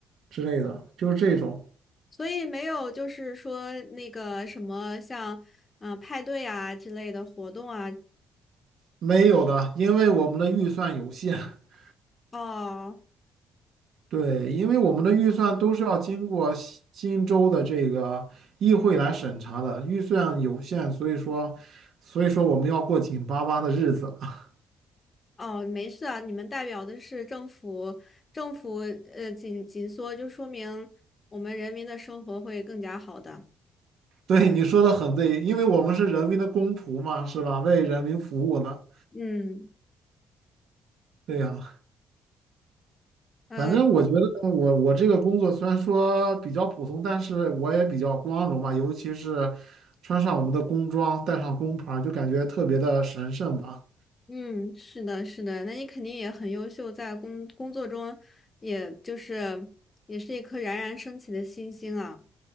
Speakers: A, on the right; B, on the left.
A: 之类的，就是这种
B: 所以没有就是说那个什么像嗯、呃派对啊之类的活动啊。
A: 没有的，因为我们的预算有限。<laughs>
B: 哦，
A: 对，因为我们的预算都是要经过西新州的这个议会来审查的，预算有限，所以说，所以说我们要过紧巴巴的日子。<laughs>
B: 哦，没事啊，你们代表的是政府，政府呃紧紧缩，就说明我们人民的生活会更加好的。
A: 对，你说的很对，因为我们是人民的公仆嘛，是吧？为人民服务的。
B: 嗯，
A: 对呀，
B: 呃，
A: 反正我觉得我我这个工作虽然说比较普通，但是我也比较光荣吧，尤其是穿上我们的工装，带上工牌儿就感觉特别的神圣吧。
B: 嗯，是的，是的，那你肯定也很优秀，在工工作中，也就是也是一颗冉冉升起的新星啊。